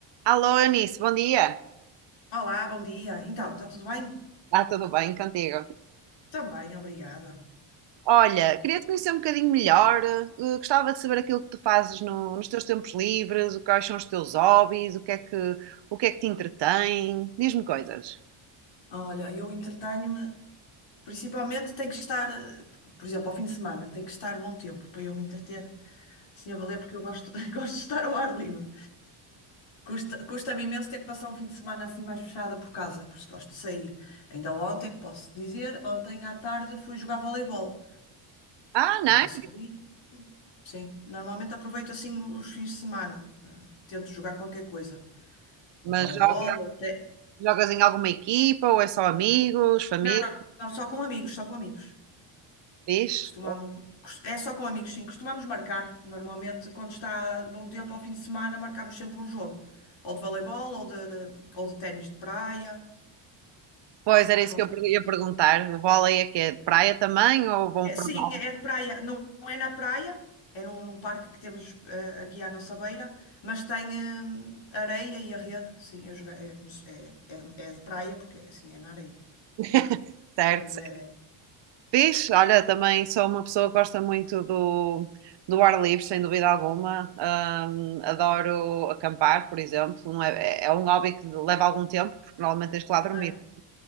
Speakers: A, on the right; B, on the left.
A: Alô, Eunice, bom dia.
B: Olá, bom dia. Então, está tudo bem?
A: Está tudo bem contigo?
B: Também, obrigada.
A: Olha, queria-te conhecer um bocadinho melhor. eh, gostava de saber aquilo que tu fazes no- nos teus tempos livres, o- quais são os teus hobbies, o que é que, o que é que te entretém. Diz-me coisas.
B: Olha, eu entretenho-me, principalmente tenho que estar, eh, por exemplo, ao fim de semana, tem que estar bom tempo para eu me entreter assim a valer, porque eu gosto, <laughs> gosto de estar ao ar livre. Custa, custa-me imenso ter que passar um fim de semana assim mais fechada por casa, porque gosto de sair. Ainda ontem, posso dizer, ontem à tarde fui jogar voleibol.
A: Ah,
B: Estava
A: não? é?
B: só ali, sim. Normalmente aproveito assim os fins de semana, eh, tento jogar qualquer coisa. O
A: Mas
B: voleibol,
A: joga-
B: até.
A: jogas em alguma equipa ou é só amigos, família?
B: Não, não, não, só com amigos, só com amigos.
A: Fixe?
B: Costumamos, cos- é só com amigos, sim. Costumamos marcar. Normalmente, quando está bom tempo ao fim de semana, marcamos sempre um jogo. Ou de voleibol, ou de, ou de ténis de praia.
A: Pois era isso
B: Qualquer...
A: que eu per-
B: coisa.
A: ia perguntar. O vôlei é que é de praia também ou vão
B: É,
A: para
B: sim,
A: o mar?
B: é é de praia. Não, não é na praia, é no, num parque que temos eh, aqui à nossa beira, mas tem eh, areia e a rede. Sim, eu joguei- é, como se- é, é, de é de praia, porque é assim, é na areia.
A: <laughs> Certo,
B: Mas é,
A: Fixe, olha, também sou uma pessoa que gosta muito do, do ar livre, sem dúvida alguma. Ahm, adoro acampar, por exemplo. Não é, é é um hobby que leva algum tempo, porque normalmente tens que lá dormir.
B: não é?